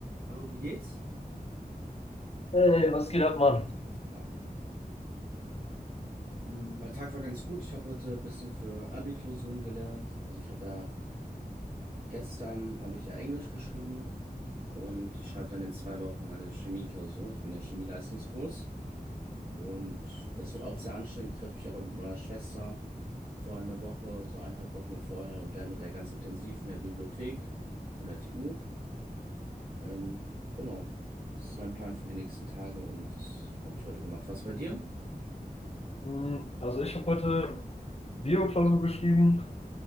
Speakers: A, on the right; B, on the left.
A: Hallo, wie geht's?
B: Hey, was geht ab, Mann?
A: Was geht ab? Mm, Mein Tag war ganz gut. Ich habe heute ein bisschen für Abi-Klausuren gelernt. Also ich habe ja gestern habe ich ja Englisch geschrieben und ich schreibe dann in zwei Wochen meine Chemie-Klausur. Ich bin ja Chemie-Leistungskurs und das wird auch sehr anstrengend. Ich treffe mich aber mit meiner Schwester vor einer Woche, so eineinhalb Wochen vorher und lerne mit der ganz intensiv in der Bibliothek von der TU. Ähm, genau, das ist mein Plan für die nächsten Tage und das habe ich heute gemacht. Was bei dir?
B: Hm, Also ich habe heute Bio-Klausur geschrieben.